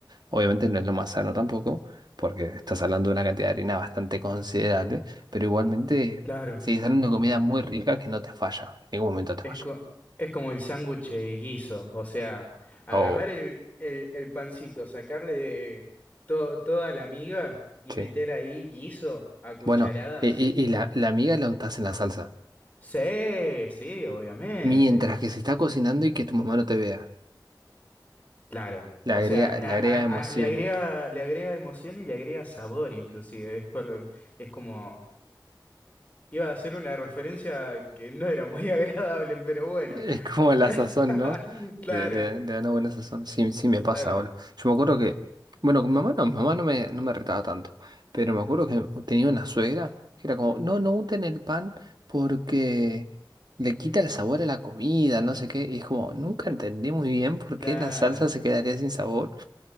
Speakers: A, on the right; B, on the left.
A: Obviamente no es lo más sano tampoco, porque estás hablando de una cantidad de harina bastante considerable, pero igualmente
B: Claro.
A: sigues hablando de comida muy rica que no te falla, en ningún momento te
B: Es,
A: falla.
B: co- es como el sándwich de guiso, o sea, agarrar
A: Oh,
B: el, el, el pancito, sacarle to- toda la miga y
A: sí.
B: meter ahí guiso a cucharadas.
A: Bueno, y, y- y la, la miga la untás en la salsa,
B: Sí, sí, obviamente.
A: mientras que se está cocinando y que tu mamá no te vea.
B: Claro,
A: Le
B: o
A: agrega,
B: sea, a-
A: le agrega emoción.
B: a- a- le agrega, le agrega emoción y le agrega sabor inclusive. Es por, es como, iba a hacer una referencia que no era muy <laughs> agradable, pero bueno.
A: Es como la
B: <laughs>
A: sazón, ¿no?
B: Claro,
A: Le, le- le da una buena sazón. Sí, sí me pasa
B: claro,
A: ahora. Yo me acuerdo que, bueno, con mamá no, mamá no me, no me retaba tanto, pero me acuerdo que tenía una suegra que era como, no, no unten el pan porque le quita el sabor a la comida, no sé qué. Y es como, nunca entendí muy bien por
B: claro.
A: qué la salsa se quedaría sin sabor.